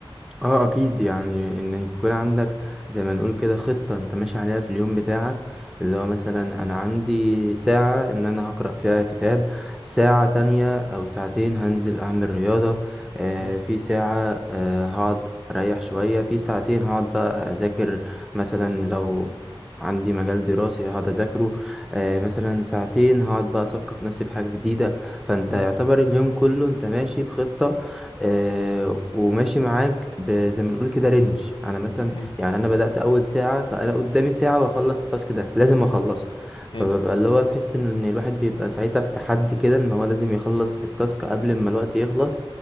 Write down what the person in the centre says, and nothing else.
اه اكيد يعني ان يكون عندك زي ما نقول كده خطة انت ماشي عليها في اليوم بتاعك اللي هو مثلا انا عندي ساعة ان انا هقرأ فيها كتاب ساعة تانية او ساعتين هنزل اعمل رياضة آه
في ساعة آه هقعد اريح شوية في ساعتين هقعد بقى اذاكر مثلا لو عندي مجال دراسي هقعد اذاكره آه مثلا ساعتين هقعد بقى اثقف نفسي في حاجة جديدة فانت
يعتبر اليوم كله انت ماشي بخطة آه وماشي معاك ب- زي ما نقول كده رينج انا مثلا
يعني انا بدأت اول ساعة فانا قدامي ساعة واخلص التاسك ده لازم اخلصه فببقى
اللي هو تحس ان الواحد بيبقى ساعتها في تحدي كده ان هو لازم يخلص التاسك قبل ما الوقت يخلص